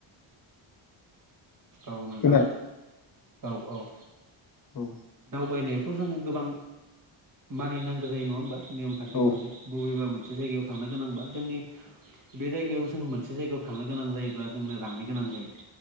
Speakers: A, on the right (about 40°); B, on the left (about 45°).
A: औ नोंथां
B: खोना
A: औ औ।
B: औ
A: दावबायनायावथ जोङो गोबां मानिनांगौ जायो नङा होमबा। नियम खान्थिफोरखौ
B: औ
A: बबेबा मोनसे जायगायाव थांनो गोनांबा जोंनि। बे जायगायाव जों मोनसे जायगायाव थांनो गोनां जायोब्ला जोंनो रांनो गोनां जायो।